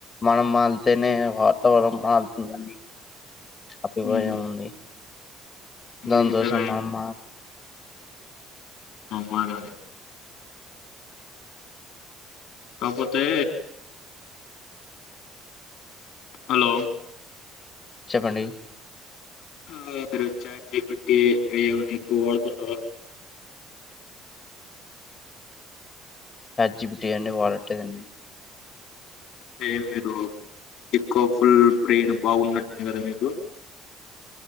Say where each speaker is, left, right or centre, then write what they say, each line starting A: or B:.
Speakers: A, on the left; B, on the left.
A: మనం మల్తేనే వాతావరణం మల్తుందండి అభిపయం
B: ఉమ్
A: ఉంది
B: అది
A: సంతోషం
B: నిజమే
A: మామ
B: మారాలి కాకపోతే హలో
A: చెప్పండి
B: మీరు చాట్ జిపిటి అయి ఏం అయినా ఎక్కువ వాడుతుంటారు
A: జిపిటి అన్ని వాడట్లేదు అండి
B: అంటే మీరు ఎక్కువ ఫుల్ బ్రెయిన్ బాగున్నట్టుంది కదా మీకు